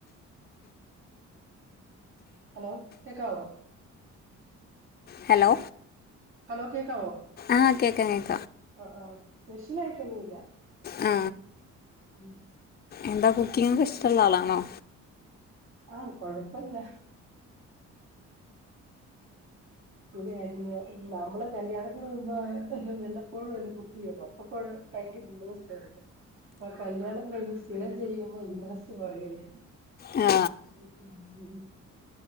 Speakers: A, on the right (about 45°); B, on the left (about 30°).
A: ഹലോ കേക്കാവോ
B: ഹലോ
A: ഹലോ കേക്കാവോ
B: ആ കേക്ക കേക്കാം
A: ആ ആ സ്പെഷ്യൽ ആയിട്ടൊന്നുല്ല
B: ആ
A: ഉം
B: എന്താ കുക്കിങ് ഒക്കെ ഇഷ്ടള്ള ആളാണോ
A: ആ കൊഴപ്പല്ല ഇത നമ്മള് കല്യാണത്തിന് മുമ്പോ വല്ലപ്പോഴും അല്ല കുക്ക് ചെയ്യോ അപ്പൊക്ക ഭയങ്കര ഇന്റെറെസ്റ്റ്‌ ആര്ന്നു ഇപ്പൊ കല്ല്യാണം കഴിഞ്ഞ് സ്ഥിരം ചെയ്യുമ്പോ ഇൻട്രസ്റ്റ് കുറയുലെ
B: ആ
A: ഉ ഉ